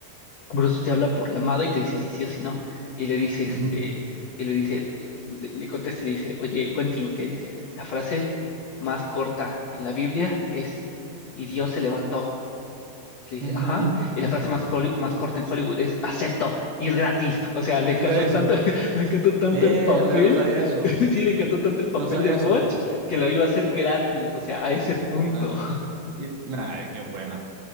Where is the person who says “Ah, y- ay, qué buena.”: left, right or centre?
Right